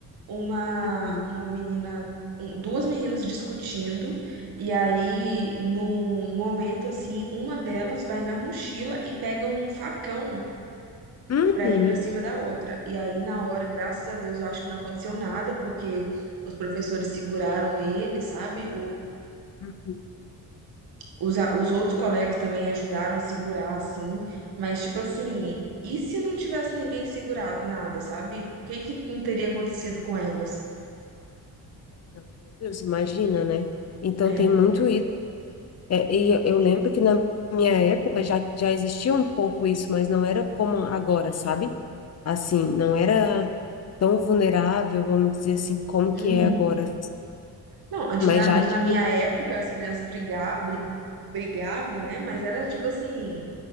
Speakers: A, on the right; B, on the left.
A: uma,
B: uhum,
A: uma menina, um- duas meninas discutindo, e aí, num momento assim, uma delas vai na mochila e pega um facão
B: uhum,
A: pra ir pra cima da outra. E aí, na hora, graças a Deus, eu acho que não aconteceu nada, porque os professores seguraram ele, sabe?
B: uhum.
A: Os, a- os outros colegas também ajudaram a segurar, assim, mas tipo assim, e se não tivesse ninguém segurado nada, sabe? O que que não teria acontecido com elas?
B: Não, meu Deus, imagina, né? Então
A: É,
B: tem muito isso. É, e eu eu lembro que na minha época já, já existia um pouco isso, mas não era como agora, sabe? Assim, não era tão vulnerável, vamos dizer assim, como que
A: uhum.
B: é agora.
A: Não, antigamente,
B: Mas já de,
A: na minha época, as crianças briga, bri- brigavam, né? Mas era tipo assim,